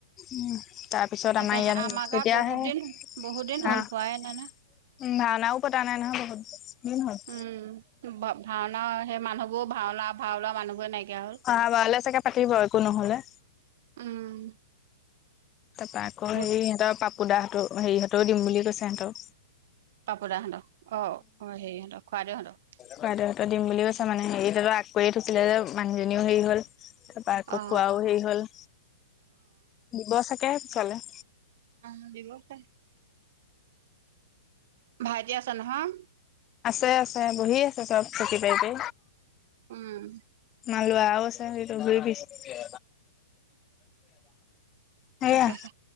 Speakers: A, on the left; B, on the right.
A: উ, তাৰপিছত
B: তাকে
A: আমাৰ ইয়াত, তেতিয়াহে
B: গাঁৱত বহুত দিন বহুত দিন হ'ল
A: আহ
B: হোৱাই
A: উম,
B: নাই নহয়
A: ভাওনাও পতা নাই নহয় বহুত, দিন হল।
B: উম ভাওনা সেই মানুহবোৰো, ভাওনা ভাও লোৱা মানুহ বোৰে নাইকিয়া হ'ল
A: অহাবাৰলে চাগে পাতিবই একো নহলে।
B: উম
A: তাৰপৰা আকৌ হেৰি
B: অত
A: সিহঁতৰ পাপুদা হতৰ, হেৰিহঁতেও দিম বুলি কৈছে হেতু।
B: <unintelligible> অ', অ', হেৰি হতক খুৰাদেও হতক।
A: খুৰাদেউহঁতৰ দিম বুলি কৈছে মানে, হেৰি আগ কৰিয়ে থৈছিলে যে মানুহজনীও হেৰি হ'ল। তাৰপা আকৌ
B: অ'
A: খোৱাও হেৰি হল, দিব চাগে পিচলে।
B: অ', দিব। <unintelligible> ভাইটি আছে নহয়?
A: আছে আছে, বহি আছে চব চকী পাৰি পাৰি।
B: উম।
A: আমা লোৱাও আছে সইটো ঘূৰি ফুৰিছে। সেয়া
B: তাকেহে